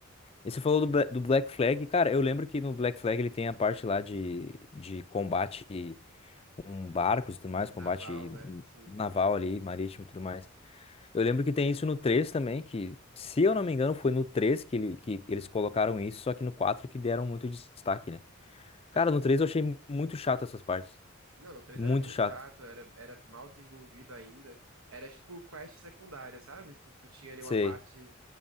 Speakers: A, on the left; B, on the right.
A: E você falou do, Bla- do Black Flag. Cara, eu lembro que no Black Flag ele tem a parte lá de, de combate com barcos e tudo mais,
B: Naval,
A: combate
B: né? Sim.
A: naval ali, marítimo e tudo mais. Eu lembro que tem isso no 3 também, que se eu não me engano foi no 3 que, ele, que eles colocaram isso, só que no 4 que deram muito destaque, né? Cara,
B: É.
A: no 3 eu achei muito chato essas partes.
B: Não, no três
A: Muito
B: era muito
A: chato.
B: chato, era, era mal desenvolvido ainda. Era tipo quest secundária, sabe? Tu, tu tinha ali
A: Sei.
B: uma parte,